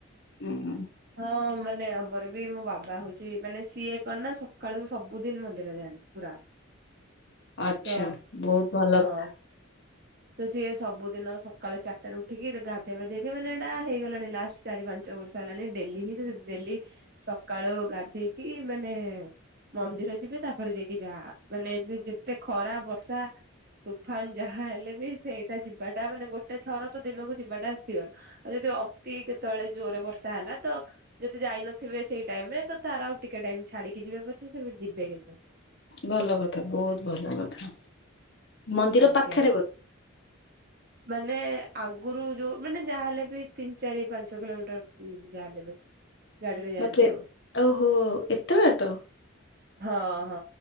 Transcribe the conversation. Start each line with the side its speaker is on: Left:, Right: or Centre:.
Left: ହଁ।
Right: ହଁ ମାନେ ଆମର ବି ମୋ ବାବା ହଉଛି ମାନେ ସିଏ କ ନା ସକାଳୁ ସବୁଦିନ ମନ୍ଦିର ଯାଆନ୍ତି। ପୁରା।
Left: ଆଛା
Right: ତ
Left: ବହୁତ ଭଲ
Right: ହଁ
Left: କଥା।
Right: ତ ସିଏ ସବୁ ଦିନ ସକାଳ ଚାରିଟାରେ ଉଠିକି ଗାଧୋଇବାଧେଇକି ମାନେ ଏଇଟା ହେଇଗଲାଣି ଲାଷ୍ଟ। ଚାରି ପାଞ୍ଚ ବର୍ଷ ହେଲାଣି ଡେଲି ହିଁ ଡେଲି ସକାଳୁ ଗାଧେଇକି ମାନେ ମନ୍ଦିର ଯିବେ ତାପରେ ଯାଇକି ଯା ମାନେ ସେ ଯେତେ ଖରା ବର୍ଷା ତୁଫାନ ଯାହା ହେଲେ ବି ସେଇଟା ଯିବାଟା ମାନେ ଗୋ ଗୋଟେ ଥର ତ ଦିନକୁ ଯିବାଟା ସିଓର ଆଉ ଯଦି ଅତି କେତେବେଳେ ଜୋରରେ ବର୍ଷା ହେଲା ତ ଯଦି ଯାଇ ନଥିବେ ସେଇ ଟାଇମ ରେ ତ ତାର ଆଉ ଟିକେ ଟାଇମ ଛାଡିକି ଯିବାେ ପଛେ ସେ ଯିବେ କିନ୍ତୁ?
Left: ଭଲ କଥା ବହୁତ ଭଲ କଥା ମନ୍ଦିର
Right: ଆଜ୍ଞା।
Left: ପାଖରେ ବ
Right: ମାନେ ଆଗରୁ ଯୋଉ ମାନେ ଯାହା ହେଲେ ବି ତିନି ଚାରି ପାଞ୍ଚ କିଲୋମିଟର ଯାହାହଲେ ବି ଗାଡିରେ ଯାଆନ୍ତି
Left: ତାପରେ
Right: ଆଉ।
Left: ଓହୋ ଏତେ ବାଟ
Right: ହଁ ହଁ